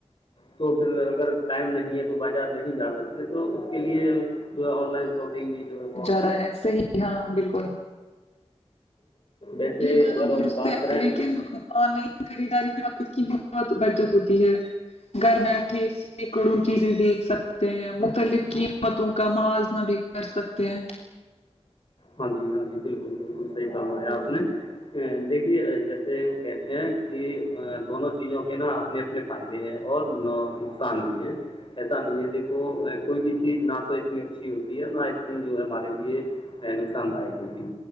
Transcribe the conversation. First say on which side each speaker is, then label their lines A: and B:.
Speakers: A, on the left; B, on the left.
A: تو پھر اگر ٹائم نہیں ہے تو بازار نہیں جا سکتے تو اس کے لیے جو آن لائن شاپنگ بھی جو ہے بہت
B: ا ہے صحی ہاں بالکل
A: ویسے
B: یہ
A: جی
B: بار
A: اگر
B: درستتے
A: ہم بات کریں
B: ل کہ خریداری میں وقت کی بہت بچت ہوتی ہے گھر بیٹھے ب کڑون چیزیں دیکھ سکتے ہیں مختلف قیمتوں کا موازنہ بھی کر سکتے ہیں
A: ہاں جی ہاں جی بالکل بالکل صحیح فمایا آپ نے دیکھیے جیسے وہ کہ کہ دونوں چیزوں کے نا اپنے اپنے فائدے ہیں اور نقصان بھی ہے ایسا نہیں ہے دیکھو کوئی بھی چیز نہ تو اتنی اچھی ہوتی ہے نہ اتنی جو ہے ہمارے لیے نقصان داک ہوتی